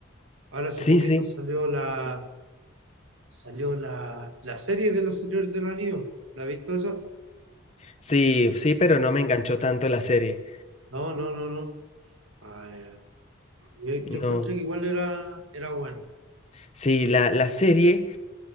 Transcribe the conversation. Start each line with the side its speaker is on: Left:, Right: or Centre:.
Right: Ahora hace
Left: Sí,
Right: poquito
Left: sí,
Right: salió la salió la, la serie de los Señores del Anillo. ¿La has visto esa?
Left: sí, sí, pero no me enganchó tanto la serie.
Right: No, no, no, no. Ah, ya. yo, yo
Left: No.
Right: encontré que igual era, era bueno.
Left: Sí, la, la serie.